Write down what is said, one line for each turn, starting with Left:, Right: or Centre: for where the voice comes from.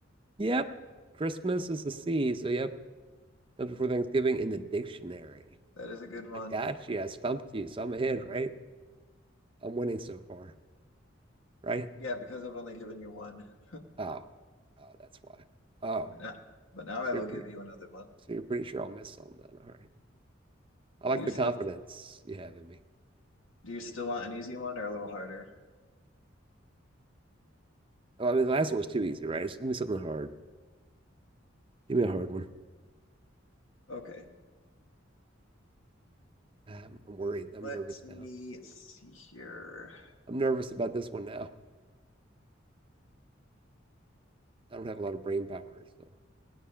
Right: Yep. Christmas is a C. so yep, Just before Thanksgiving in the dictionary.
Left: That is a good one.
Right: I got you. I stumped you. So I'm ahead, right? I'm winning so far, right?
Left: Yeah, because I've only given you one. <laughs>
Right: Oh, oh, that's why. Oh,
Left: But now, but now I
Right: so
Left: will
Right: you're pretty,
Left: give you another one.
Right: so you're pretty sure I'll miss some then. All right. I
Left: Do
Right: like
Left: you
Right: the
Left: still
Right: confidence you have in me.
Left: do you still want an easy one or a little harder?
Right: Oh, I mean, the last one was too easy, right? So give me something hard. Give me a hard one.
Left: Okay,
Right: I'm, I'm worried. I'm
Left: let
Right: nervous
Left: me
Right: now.
Left: see here.
Right: I'm nervous about this one now. I don't have a lot of brain power, so